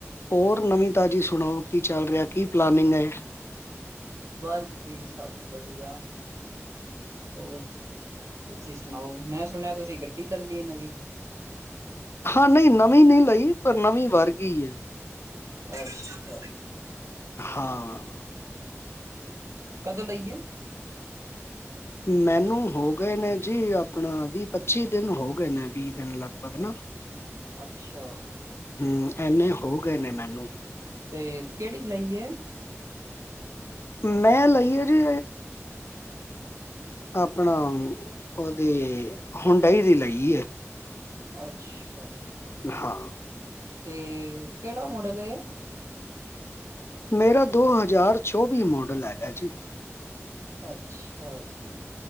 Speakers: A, on the left; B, on the right.
A: ਹੋਰ ਨਵੀਂ ਤਾਜ਼ੀ ਸੁਣਾਓ? ਕੀ ਚੱਲ ਰਿਹਾ, ਕੀ ਪਲਾਨਿੰਗ ਹੈ।
B: ਬਸ ਜੀ ਸਭ ਵਧੀਆ। ਹੋਰ ਤੁਸੀਂ ਸੁਣਾਓ? ਮੈਂ ਸੁਣਿਆ ਤੁਸੀਂ ਗੱਡੀ ਲੈ ਲਈਏ ਨਵੀਂ?
A: ਹਾਂ, ਨਹੀਂ ਨਵੀਂ ਨਹੀਂ ਲਾਈ। ਪਰ ਨਵੀਂ ਵਰਗੀ ਐ।
B: ਅੱਛਾ
A: ਹਾਂ,
B: ਕਦੋਂ ਲਈਏ,
A: ਮੈਨੂੰ ਹੋ ਗਏ ਨੇ, ਜੀ ਆਪਣਾ ਵੀਹ ਪੱਚੀ ਦਿਨ ਹੋ ਗਏ ਨੇ ਵੀਹ ਦਿਨ ਲਗਭਗ ਨਾ,
B: ਅੱਛਾ,
A: ਹੂੰ, ਇੰਨੇ ਹੋ ਗਏ ਨੇ ਮੈਨੂੰ
B: ਤੇ ਕਿਹੜੀ ਲਈ ਹੈ
A: ਮੈਂ ਲਾਈ ਆ ਜੀ, ਆਪਣਾ ਉਹਦੇ ਹੁੰਡਾਈ ਦੀ ਲਾਈ ਹੈ।
B: ਅੱਛਾ,
A: ਹਾਂ,
B: ਤੇ ਕਿਹੜਾ ਮੋਡਲ ਐ?
A: ਮੇਰਾ ਦੋ ਹਜ਼ਾਰ ਚੌਵੀ ਮੋਡਲ ਹੈਗਾ ਜੀ,
B: ਅੱਛਾ ਜੀ,